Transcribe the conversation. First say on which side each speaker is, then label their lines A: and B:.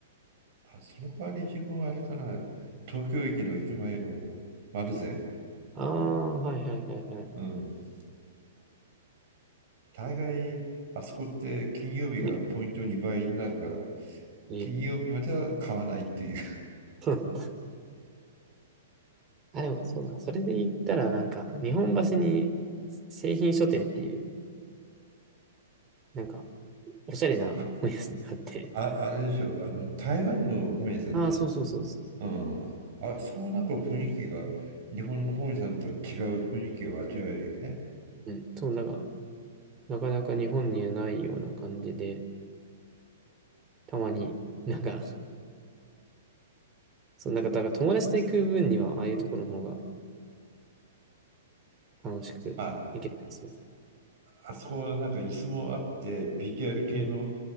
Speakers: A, on the right; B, on the right.
A: あその代わり自分はあれかな、東京駅の駅前の丸善、
B: ああ、はいはいはいはい。
A: うん、大概あそこって金曜日がポイント2倍になるから、
B: え、え。
A: 金曜日までは買わないっていう、
B: <laughs> あ、でもそうだ。それで言ったら、なんか、日本橋に製品書店っていう、なんか、おしゃれな本屋さんがあって。
A: あ、ああれでしょあの台湾の本屋さんじゃない
B: ああ、そうそうそう
A: うん、あ、そうなんか雰囲気が日本の本屋さんとは違う雰囲気を味わえるよね。
B: う。うん。そう、なんか、なかなか日本にはないような感じで、たまに、なんか、そう、なんか、だから友達と行く分には、ああいうところの方が楽しく行けたりするか。
A: まあ、あそこはなんか椅子もあって、BTR 系の、
B: うん。